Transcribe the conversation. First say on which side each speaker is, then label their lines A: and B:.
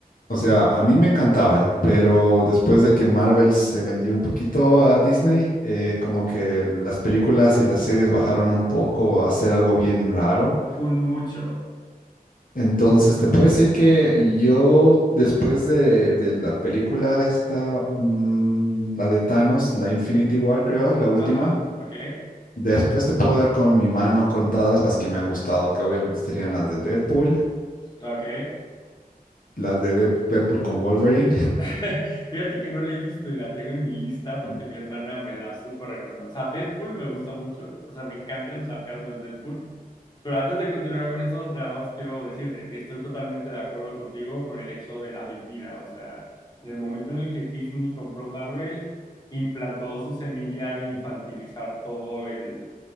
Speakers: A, on the left (about 60°); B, on the left (about 30°).
A: O sea, a mí me encantaban, pero después de que Marvel se vendió un poquito a Disney, eh, como que las películas y las series bajaron un poco a hacer algo bien raro.
B: Un mucho.
A: Entonces, te puedo decir que yo, después de, de la película esta, mm, la de Thanos, la Infinity War, creo, la última,
B: Ajá, ok,
A: después te puedo dar con mi mano contadas las que me han gustado, que obviamente serían las de Deadpool,
B: ok.
A: las de Dead- Deadpool con Wolverine. <laughs>
B: <laughs> Fíjate que no la he visto y la tengo en mi lista porque mi hermana me la súper recomendó. O sea, Deadpool me gusta mucho. O sea, me encanta el sarcasmo de Deadpool. Pero antes de continuar con esto, nada más quiero decirte, estoy totalmente de acuerdo contigo con el hecho de la vendida. O sea, en el momento en el que Disney compró Marvel, implantó su semilla de infantilizar todo el,